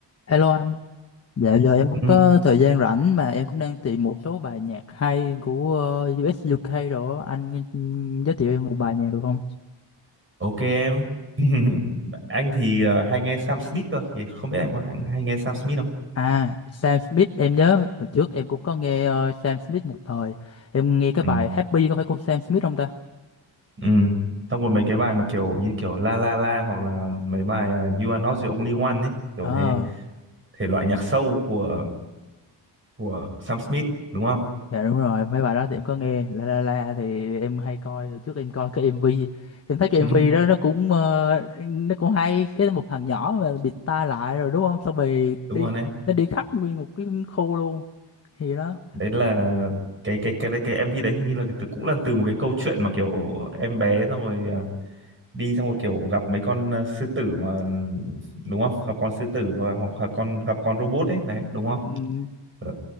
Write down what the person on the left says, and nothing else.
Hello anh, dạ giờ em cũng
có thời gian rảnh mà em cũng đang tìm một số bài nhạc hay của ờ, US UK đồ á. anh ừm, giới thiệu em một bài nhạc được không?
À, Sam Smith em nhớ hồi trước em cũng có nghe ờ, Sam Smith một thời, em nghe cái
bài Happy có phải của Sam Smith không ta?
Ừ,
Dạ đúng rồi, mấy bài đó thì em có nghe La La La thì em hay coi Hồi trước em coi cái MV em thấy cái
MV đó nó cũng ờ, nó cũng hay cái một thằng nhỏ mà bịt tai lại rồi đúng không xong rồi
đi
nó đi khắp nguyên một cái khu luôn thì đó
ừm,